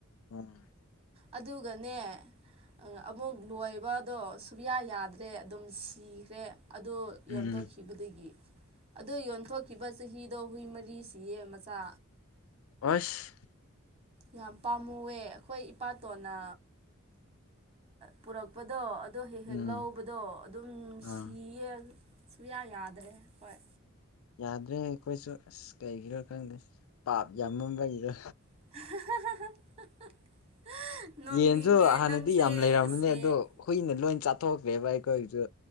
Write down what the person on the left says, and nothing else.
ꯑꯝ
ꯎꯝ
ꯑꯁ
ꯎꯝ
ꯑꯥ
ꯌꯥꯗ꯭ꯔꯦ ꯑꯩꯈꯣꯏꯁꯨ ꯑꯁ ꯀꯩꯒꯤꯔꯣ ꯈꯪꯗꯦ ꯄꯥꯞ ꯌꯥꯝꯃꯝꯕꯒꯤꯔꯣ
ꯌꯦꯟꯖꯨ ꯍꯥꯟꯅꯗꯤ
ꯌꯥꯝ ꯂꯩꯔꯝꯕꯅꯦ
ꯑꯗꯣ ꯍꯨꯏꯅ ꯂꯣꯏ ꯆꯥꯊꯣꯛꯈ꯭ꯔꯦꯕ ꯑꯩꯈꯣꯏꯒꯤꯁꯨ